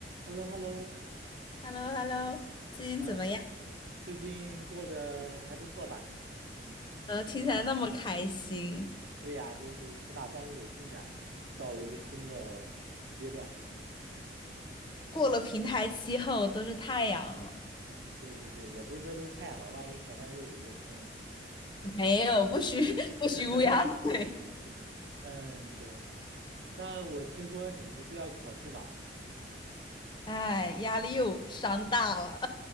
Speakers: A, on the right; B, on the left.
A: h e l l o h e l l o
B: h e l l o h e l l o 最近怎么样
A: 啊，最近过得还不错吧？嗯，
B: 呢？听起来那么开心。
A: 对呀，就是起码算是有进展了嘛，到了一个新的阶段。
B: 过了平台期后都是太阳了，
A: 嗯，对对对，也不是说都是太阳嘛，万一前面又有一个坑嘞。
B: 没有，
A: <laughs>
B: 不许 <laughs> 不许乌鸦嘴。
A: 嗯，对。那我听说你不是要考试吗？
B: 哎，压力又山大了。